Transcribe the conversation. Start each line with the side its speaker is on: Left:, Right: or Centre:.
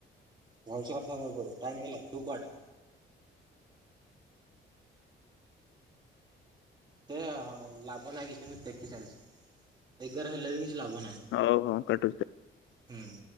Right: ଭଲସ କଥା ହବାକୁ ପଡିବ ଟାଇ ତୁ କୁଆେ ସେ ଲାଭ ନାଇଁ କିଛି ମୁ ଦେଖି ସାରିଛି। ଏଗାର ହେଲେ ବି କିଛି ଲାଭ ନାହିଁ
Left: ହଉ ହଉ କଟୁ
Right: ହୁଁ।